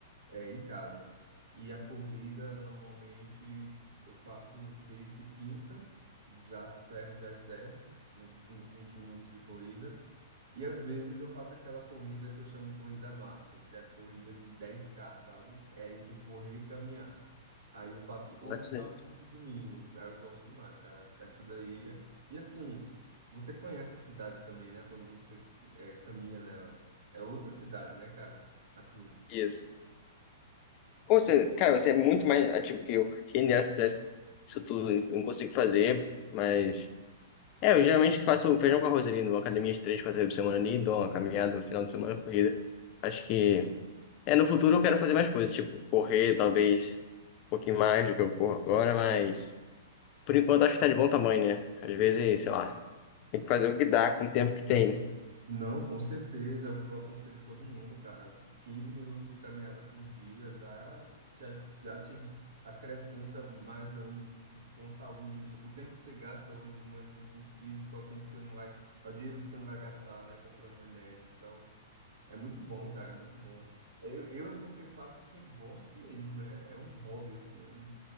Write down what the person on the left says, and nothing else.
Quantas
vezes?
Isso. Ou você, cara, você é muito mais ativo que eu. Quem dera se eu pudesse isso tudo, eu não consigo fazer, mas... É, eu geralmente faço feijão com arroz ali, numa academia de três, quatro vezes por semana ali, dou uma caminhada no final de semana, corrida. Acho que... É, no futuro eu quero fazer mais coisas, tipo, correr, talvez, um pouquinho mais do que eu corro agora, mas... Por enquanto acho que tá de bom tamanho, né? Às vezes, sei lá, tem que fazer o que dá com o tempo que tem, né?